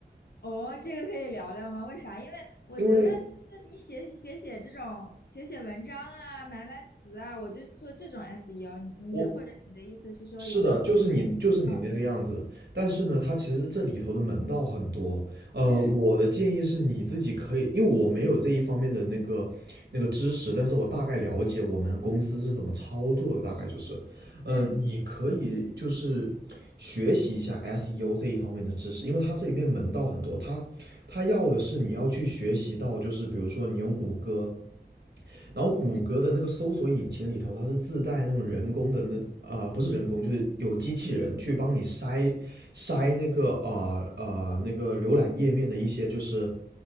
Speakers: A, on the left; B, on the right.
A: 哦，这个可以聊聊吗？为啥？因为我觉得就是你写写写这种写写文章啊，
B: 因为
A: 买买词啊，我就做这种 SEO 你。
B: 我
A: 你或者你的意思是说有没有更
B: 是的，就是你就是你那个样子，
A: 嗯
B: 但是呢，它其实这里头的门道很多。呃，
A: 嗯
B: 我的建议是你自己可以，因为我没有这一方面的那个那个知识，但是我大概了解我们公司是怎么操作的，大概就是呃，
A: 嗯
B: 你可以就是学习一下 SEO 这一方面的知识，因为它这里面门道很多，它它要的是你要去学习到，就是比如说你用谷歌，然后谷歌的那个搜索引擎里头，
A: 嗯。
B: 它是自带那种人工的那啊、呃不是人工，就是有机器人去帮你筛筛那个啊啊、呃呃、那个浏览页面的一些就是